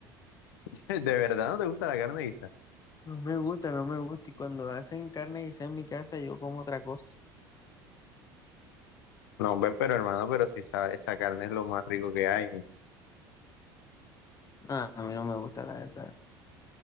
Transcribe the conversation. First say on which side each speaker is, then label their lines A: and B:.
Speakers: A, on the left (about 80°); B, on the left (about 30°).
A: <laughs> ¿De verdad no te gusta la carne guisa?
B: No me gusta, no me gusta. Y cuando hacen carne y en mi casa, yo como otra cosa.
A: No, hombre, pero hermano, pero sí sabe. esa carne es lo más rico que hay.
B: No, a mí no me gusta, la verdad.